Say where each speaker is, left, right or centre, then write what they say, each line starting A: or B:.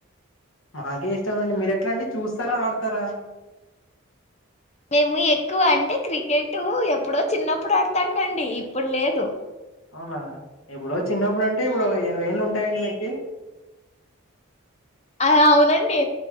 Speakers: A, on the left; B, on the left.
A: మాకే ఇష్టమ అండి మీరు ఎట్లా అండి చూస్తారా ఆడతారా
B: మేము ఎక్కువ అంటే క్రికెట్ అటు ఎప్పుడో చిన్నప్పుడు ఆడతాడుండి ఇప్పుడు లేదు
A: అవునా ఎప్పుడు చిన్నప్పుడు అంటే ఇప్పుడు
B: ఆ
A: ఎన వేలు ఉంట స్ైడ్ మీకి
B: అ అవునండి